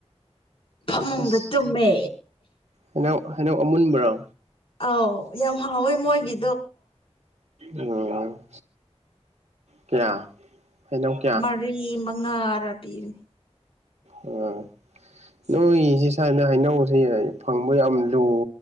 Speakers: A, on the left; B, on the right.
A: ꯐꯃꯨꯡꯗ
B: ꯑꯁ
A: ꯇꯨꯝꯃꯦ
B: ꯍꯩꯅꯧ ꯍꯩꯅꯧ ꯑꯃꯨꯟꯕꯔꯣ
A: ꯑꯥꯎ ꯌꯥꯝ ꯍꯥꯎꯋꯦ ꯃꯣꯏꯒꯤ
B: ꯑꯣ ꯀꯌꯥ ꯍꯩꯅꯧ ꯀꯌꯥ
A: ꯃꯔꯤ ꯃꯉꯥꯔꯥ ꯄꯤꯝꯅꯤ
B: ꯑꯣ ꯅꯣꯏꯁꯦ ꯁꯥꯏꯗ ꯍꯩꯅꯧꯁꯦ ꯐꯪꯕ ꯌꯥꯝ ꯂꯨ